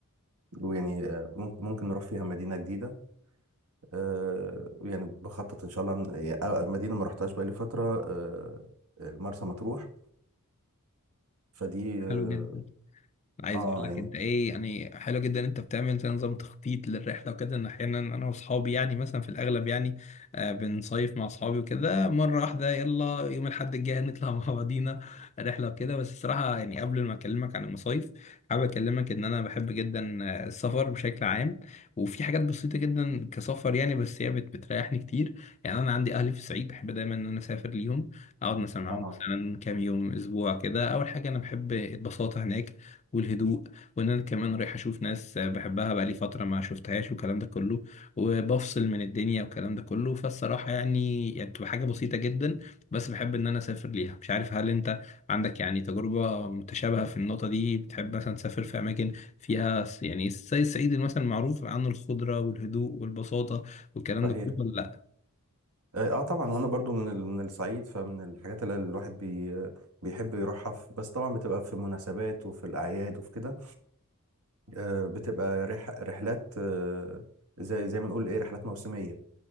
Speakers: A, on the right; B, on the left.
A: ويعني آه، ممكن ممكن نروح فيها مدينه جديده أه يعني بخطط ان شاء الله إن- يعني، آه، مدينه ما رحتهاش بقالي فتره أه مرسى مطروح فدي اه
B: حلو جدا عايز
A: آه،
B: اقول لك
A: يعني
B: انت ايه يعني حلو جدا إن انت بتعمل زي نظام تخطيط للرحله وكده ان احيانا انا واصحابي يعني مثلا في الاغلب يعني آه بنصيف مع اصحابي وكده مره واحده يلا يوم الاحد الجاي نطلع <laughs> مع بعضينا رحله وكده بس الصراحه يعني قبل ما اكلمك عن المصايف حابب اكلمك ان انا بحب جدا آه، السفر بشكل عام وفي حاجات بسيطه جدا كسفر يعني بس هي بت- بتريحني كتير يعني انا عندي اهلي في الصعيد بحب دايما ان انا اسافر ليهم اقعد مثلا معاهم
A: اه
B: مثلا كام يوم اسبوع كده اول حاجه انا بحب البساطه هناك والهدوء وان انا كمان رايح اشوف ناس بحبها بقالي فتره ما شفتهاش والكلام ده كله وبفصل من الدنيا والكلام ده كله فالصراحه يعني يعني بتبقى حاجه بسيطه جدا بس بحب ان انا اسافر ليها مش عارف هل انت عندك يعني تجربه متشابهه في النقطه دي بتحب مثلا تسافر في اماكن فيها س- يعني زي الصعيد مثلا معروف عنه الخضره والهدوء والبساطه والكلام
A: صحيح
B: ده كله ولا
A: اه آه، طبعا وانا برضو من ال- من الصعيد فمن الحاجات اللي الواحد بي بيحب يروحها في بس طبعا بتبقى في مناسبات وفي الاعياد وفي كده آه، بتبقى رح رحلات آه، زي زي ما نقول ايه رحلات موسميه